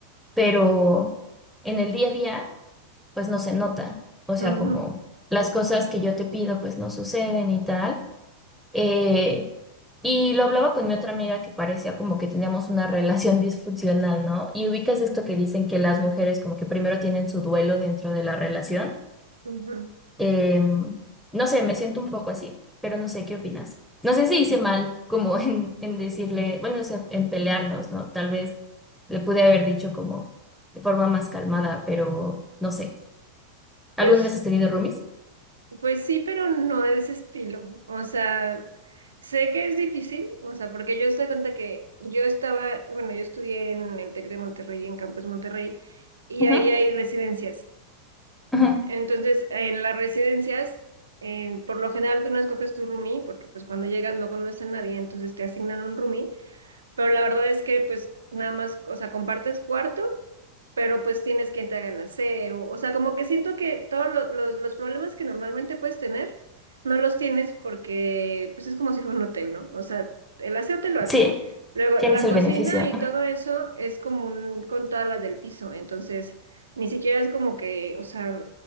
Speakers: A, in the centre; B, on the right.
A: pero en el día a día, pues no se nota. O sea,
B: Ujú,
A: como las cosas que yo te pido, pues no suceden y tal. Eh, y lo hablaba con mi otra amiga que parecía como que teníamos una <laughs> relación disfuncional, ¿no? Y ubicas esto que dicen que las mujeres como que primero tienen su duelo dentro de la relación.
B: ujú.
A: Eh, no sé, me siento un poco así, pero no sé, ¿qué opinas? No sé si hice mal como <laughs> en, en decirle, bueno, o sea, en pelearnos, ¿no? Tal vez le pude haber dicho como de forma más calmada, pero no sé.
B: Pues.
A: ¿Alguna vez has tenido roomies?
B: Pues sí, pero no de ese estilo. O sea, sé que es difícil, o sea, porque yo estoy cuenta que yo estaba, bueno, yo estudié en el TEC de Monterrey, en Campus Monterrey, y
A: Ujú,
B: ahí hay residencias.
A: ujú.
B: Entonces, en las residencias, eh, por lo general tú no escoges tu roomie, porque pues cuando llegas no conoces a nadie, entonces te asignan un roomie. Pero la verdad es que pues nada más, o sea, compartes cuarto, pero pues tienes quien te haga el aseo. O sea, como que siento que todos lo- los, los problemas que normalmente puedes tener, no los tienes porque pues es como si fuera un hotel, ¿no? O sea, el aseo te lo hacen.
A: Sí,
B: Luego,
A: tienes
B: la
A: el
B: cocina
A: beneficio.
B: y todo eso es común con todas las del piso. Entonces, ni siquiera es como que, o sea,